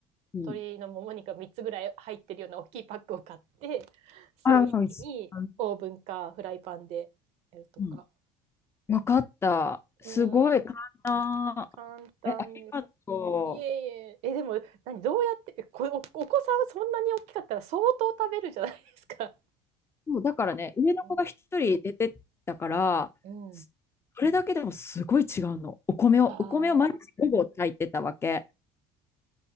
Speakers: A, on the left; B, on the right.
A: うん。
B: 鶏のもも肉が3つぐらい入ってるような大きいパックを買ってそれを一気にオーブンかフライパンでやるとか。
A: ああ、美味しい。うん。わかった。すごい、
B: うん
A: 簡単。
B: 簡単です。
A: え、ありがと
B: いえいえ、え、でも、何、どうやって、えこ、お、お子さんはそんなに大きかったら相当食べるじゃないですか。
A: う。もうだからね、上の子が一人出てったから、
B: うん。うん。
A: すそれだけでもすごい違うの。お米を、
B: ああ。
A: お米を毎日午後炊いてたわけ。